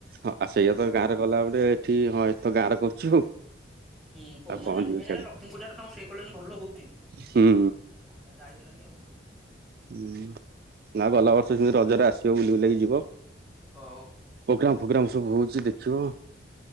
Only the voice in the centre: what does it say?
ହୁଁ କୋ ନାଇଁ
ନାଇଁ
ମେନ୍
ହେଲା ଲକ୍ଷ୍ମୀ ପୂଜା ଟା ତମର ସେଇ <unintelligible> ଭଲ ହୋଉଛି।
ଆଉ ଯାଇ ହେଲାନି ଆଉ।
ହୋଉ ହୋ